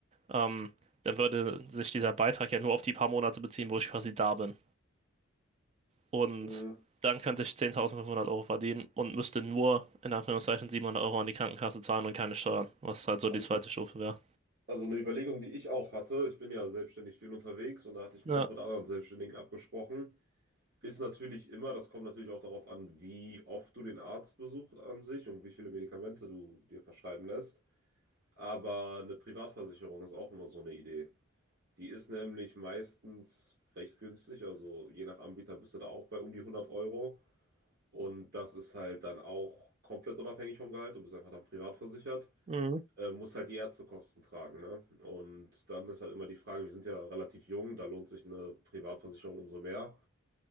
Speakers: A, on the right; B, on the right.
A: ähm, dann würde sich dieser Beitrag ja nur auf die paar Monate beziehen, wo ich quasi da bin. Und
B: Mhm.
A: dann könnte ich 10.500 Euro verdienen und müsste nur in Anführungszeichen 700 Euro an die Krankenkasse zahlen und keine Steuern, was halt so
B: Also,
A: die zweite Stufe wäre.
B: also eine Überlegung, die ich auch hatte, ich bin ja selbstständig viel unterwegs und da hatte ich
A: Ja,
B: mich auch mit anderen Selbstständigen abgesprochen, ist natürlich immer, das kommt natürlich auch darauf an, wie oft du den Arzt besuchst an sich und wie viele Medikamente du dir verschreiben lässt. Aber eine Privatversicherung ist auch immer so eine Idee. Die ist nämlich meistens recht günstig, also je nach Anbieter bist du da auch bei um die hundert Euro. Und das ist halt dann auch komplett unabhängig vom Gehalt. Du bist einfach dann privat versichert,
A: mhm.
B: äh, musst halt die Ärztekosten tragen, ne? Und dann ist halt immer die Frage, wir sind ja relativ jung, da lohnt sich eine Privatversicherung umso mehr.